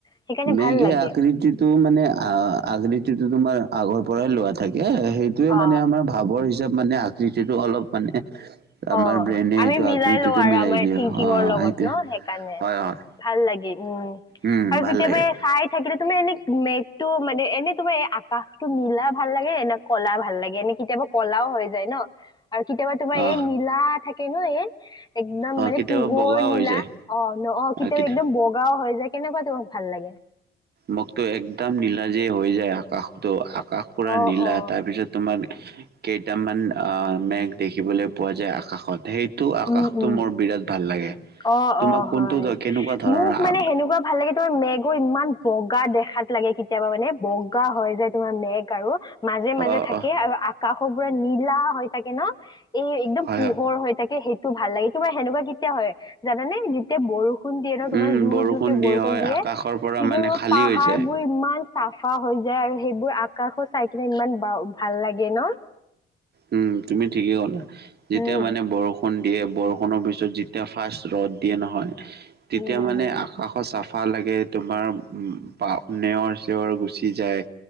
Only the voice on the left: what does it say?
সেইকাৰণে
ভাল লাগে
অ
অ
আমি
মিলাই
লওঁ আৰু
আমাৰ
থিংকিঙৰ
লগত
ন সেইকাৰণে
ভাল লাগে, উম।
আৰু
কেতিয়াবা
এই চাই থাকিলে, তোমাৰ এনে মেঘটো মানে এনে তোমাৰ এই আকাশটো নীলা ভাল লাগে না ক'লা ভাল লাগে। এনে কেতিয়াবা ক'লাও হৈ যায় ন আৰু কেতিয়াবা তোমাৰ
এই নীলা থাকে ন এই। একদম
মানে
পোহৰ
নীলা
অ ন? অ কেতিয়াবা
একদম বগাও হৈ যায়। কেনেকুৱা তোমাক ভাল লাগে?
অ
অ
উম উম।
অ
অ
হয়।
মোক মানে
সেনেকুৱা ভাল লাগে। তোমাৰ মেগ ইমান বগা দেখাত লাগে কেতিয়াবা মানে বগা হয় যে তোমাৰ মেঘ আৰু মাজে মাজে
থাকে
আৰু আকাশো পুৰা নি লা হৈ থাকে ন এই একদম
পোহৰ
হৈ থাকে সেইটো ভাল লাগে তোমাৰ সেনেকুৱা কেতিয়া হয় জানানে যেতিয়া বৰষু বৰষুণ দিয়ে ন, তোমাৰ
যোৰ
জোৰকৈ
বৰষুণ
দিয়ে,
তেতিয়া
জানা
পাহাৰ
বোৰ ইমান চাফা হৈ যায় আৰু সেইবোৰ আকাশত চাই কিনে ইমান বা ভাল লাগে ন
উম
উম